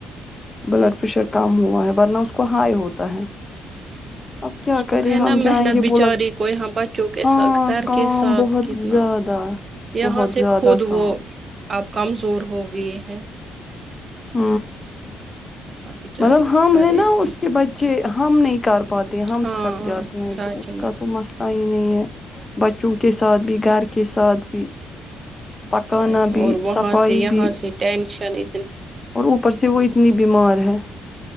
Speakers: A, on the left; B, on the right.
A: بلڈ پریشر کم ہوا ہے ورنا اس کو ہائی ہوتا ہے اب کیا
B: اس
A: کریں
B: کو ہے نا
A: ہم جائیں
B: محنت
A: گے
B: بچاری
A: بولا
B: کو یہاں بچوں کے
A: ہاں
B: ساتھ گھر
A: کام
B: کے ساتھ
A: بہت
B: کتنا
A: زیادہ
B: یہاں
A: بہت
B: سے
A: زیادہ
B: خود تو
A: کام
B: وہ آپ کمزور ہوگی <inaudible>
A: <inaudible>
B: آپ بچاری
A: مطلب ہم
B: کرے
A: ہے نا
B: گی
A: اس کے بچے ہم نہیں کر پاتے ہیں ہم
B: ہاں
A: تھک جاتے ہیں
B: سچ
A: تو اس
B: میں
A: کا تو مسئلہ آ ہی نہیں ہے بچوں کے ساتھ بھی گھر کے ساتھ بھی پکانا
B: اچھا اچھا
A: بھی
B: اور وہاں
A: صفائی
B: سے یہاں
A: بھی
B: سے ٹینشن <inaudible>
A: اور اوپر سے وہ اتنی بیمار ہے